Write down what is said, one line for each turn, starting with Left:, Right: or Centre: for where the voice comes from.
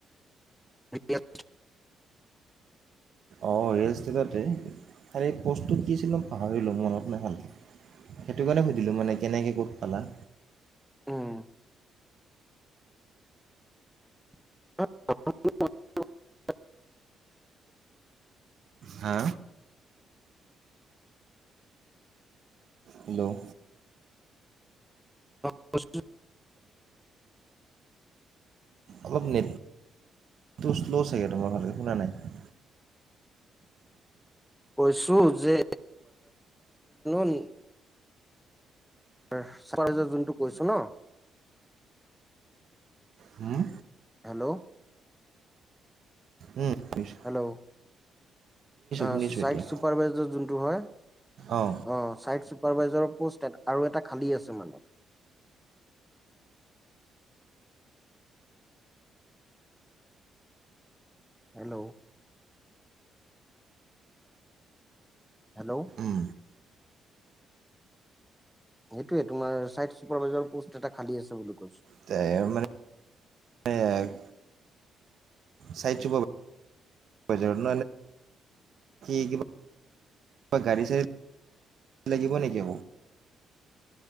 Centre: <unintelligible>
Right: অঁ! ৰিয়েল ষ্টেটতেই। খালী প'ষ্টটো কি আছিলে পাহৰিলোঁ মনত নহ'ল। সেইটো কাৰণে সুধিলোঁ কেনেকৈ পালা?
Centre: উম <unintelligible>
Right: হা! হেল্ল'?
Centre: <unintelligible>
Right: অলপ নেটটো শ্ল' চাগে, তোমাৰ ভালকে শুনা নাই।
Centre: কৈছো যে <unintelligible> <unintelligible> যোনটো কৈছো ন।
Right: হম।
Centre: হেল্ল'?
Right: উম' নিচ
Centre: হেল্ল'? অ',
Right: শুনিছোঁ
Centre: ছাইট
Right: এতিয়া
Centre: চুপাৰভাইজাৰ যোনটো হয়,
Right: অঁ
Centre: অ' ছাইট চুপাৰভাইজাৰক পষ্ট এটা আৰু এটা খালী আছে মানে। হেল্ল'? হেল্ল'?
Right: উম
Centre: সেইটোৱে তোমাৰ ছাইট ছুপাৰ ভাইজাৰ পষ্ট এটা খালী আছে বুলি কৈছো।
Right: তে মা। <unintelligible> ছাইট ছুপাৰ ভাইজাৰ <unintelligible> গাড়ী চাড়ী লাগিব নেকি মোক